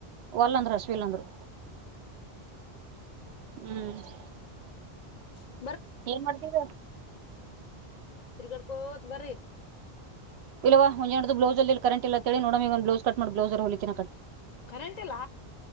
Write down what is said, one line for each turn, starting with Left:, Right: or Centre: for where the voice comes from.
Right: ಹೊಲ್ಲಂದ್ರ ಅಶ್ವಿಲ್ ಅಂದ್ರು ಹ್ಮ್
Left: ಹ್ಮ
Right: ಏನ್ ಮಾಡ್ತೀರ
Left: ತಿತ್ರಿಗಡ್ಕೋತ್ ಬ್ರೀ
Right: ಇಲ್ಲ ಒಂದಂಡ್ದು ಬ್ಲೌ ಅಲ್ಲಿ ಕರೆಂಟ್ ಇಲ್ಲೇಳ ನೋಡಮೆ ಒಂದು ಬ್ಲಸ್ ಕಟ್ಿ ಬ್ಲೌಸರ ಹೊಲಿತಿನ ಕಡೆ
Left: ಕರೆಂಟ್ ಇಲ್ಲ